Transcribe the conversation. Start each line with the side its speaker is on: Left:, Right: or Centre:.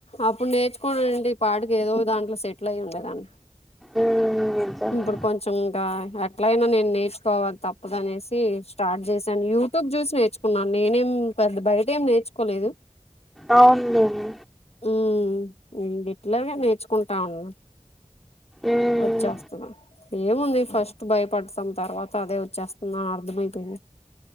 Left: అప్పుడు నేర్చుకోని ఉండింటే ఈ పాటకి ఏదో ఓ దాంట్లో సెటిల్ అయ్యి ఉండేదన్ని
Centre: ఉమ్ నిజమే
Left: ఇప్పుడు కొంచెం కొంచెంగా ఎట్లయినా నేను నేర్చుకోవాలి తప్పదనేసి స్టార్ట్ చేశాను యూట్యూబ్ చూసి నేర్చుకున్నాను నేనేం పెద్ద బయట ఏం నేర్చుకోలేదు
Centre: అవునులేండి
Left: మ్మ్ ఇట్లాగా నేర్చుకుంటాం ఇంగా
Centre: ఉమ్
Left: వ వచ్చేస్తాద ఏముంది ఫస్ట్ భయపడతాం తర్వాత అదే వచ్చేస్తుంది అని అర్దమయిపోయింది